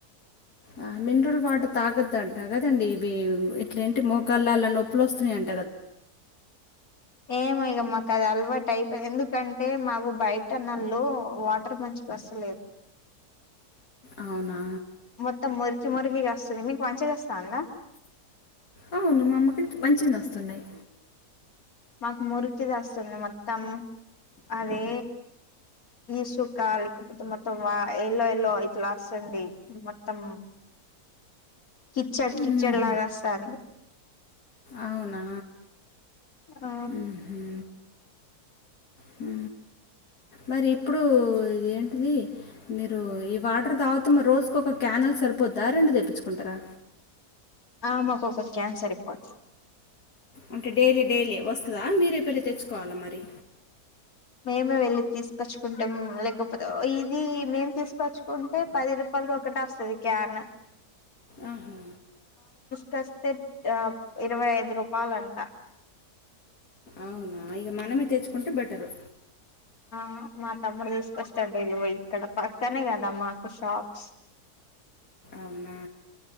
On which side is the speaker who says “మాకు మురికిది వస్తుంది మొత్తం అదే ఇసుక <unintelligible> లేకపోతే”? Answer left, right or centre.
Left